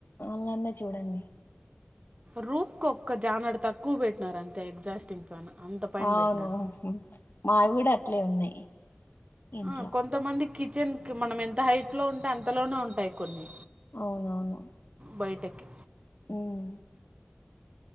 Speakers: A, on the left (about 60°); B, on the right (about 30°).
A: అళన్న చూడండి
B: రూఫ్ కు ఒక్క జానడు తక్కువ పెట్టినారు అంతే ఎగ్జాస్టింగ్ ఫ్యాన్ అంత పైన
A: అవును
B: పెట్టినారు
A: మావి కూడా అట్లే ఉన్నాయి ఇంట్లో
B: ఆ కొంతమంది కిచెన్కి మనం ఎంత హైట్లో ఉంటే అంతలోనే ఉంటాయి కొన్ని
A: అవునవును
B: బయటకి
A: ఉం